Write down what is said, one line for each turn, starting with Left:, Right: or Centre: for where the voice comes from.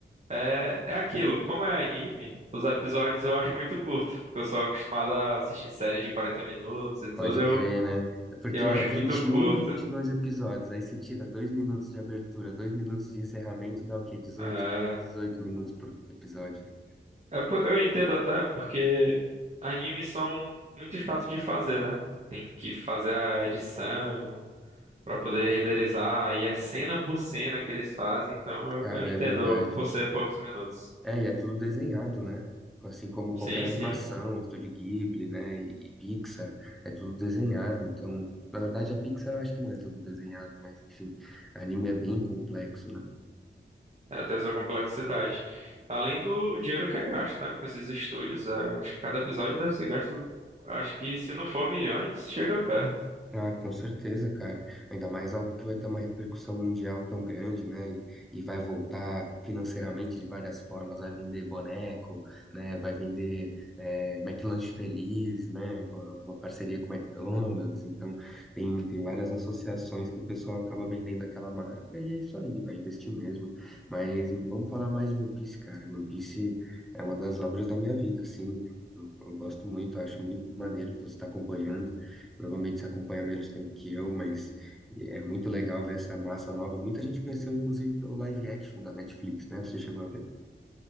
Right: É, é aquilo, como é anime, os episódios eu acho muito curto, porque eu sou acostumado a assistir série de 40 minutos e tudo,
Centre: Pode
Right: eu,
Centre: crer, né? É porque
Right: eu acho
Centre: é um, 21,
Right: muito curto.
Centre: dois episódios. Aí você tira dois minutos de abertura, dois minutos de encerramento, dá o quê? dezoito,
Right: É,
Centre: dezoito minutos por episódio. né?
Right: é por- eu entendo até porque animes são muito chato de fazer, né? Tem que fazer a edição pra poder renderizar, e é cena por cena que eles fazem, então eu,
Centre: Cara,
Right: eu entendo
Centre: é verdade.
Right: por ser poucos minutos.
Centre: É, e é tudo desenhado, né? Assim como qualquer
Right: Sim,
Centre: animação,
Right: sim.
Centre: Estúdio Ghibli, né? E, e Pixar, é tudo desenhado. Então, na verdade, a Pixar eu acho que não é tudo desenhado, mas enfim, anime é bem complexo, né?
Right: É, tem essa complexidade. Além do dinheiro que é gasto, né? Com esses estúdios, é, acho que cada episódio deve ser gasto. Acho que se não for milhões, chega perto.
Centre: Ah, com certeza, cara. Ainda mais algo que vai ter uma repercussão mundial tão grande, né? E, e vai voltar financeiramente de várias formas. Vai vender boneco, né? Vai vender é, McLanche Feliz, né? Com a- com uma parceria com o McDonald's. Então, tem, tem várias associações que o pessoal acaba vendendo aquela marca e é isso aí, vai investir mesmo. Mas vamos falar mais de One Piece, cara. One Piece é uma das obras da minha vida, assim. Eu, eu gosto muito, acho muito maneiro que você está acompanhando. Provavelmente você acompanha menos tempo que eu, mas é muito legal ver essa massa nova. Muita gente conheceu, inclusive, pelo live action da Netflix, né? Você chegou a ver?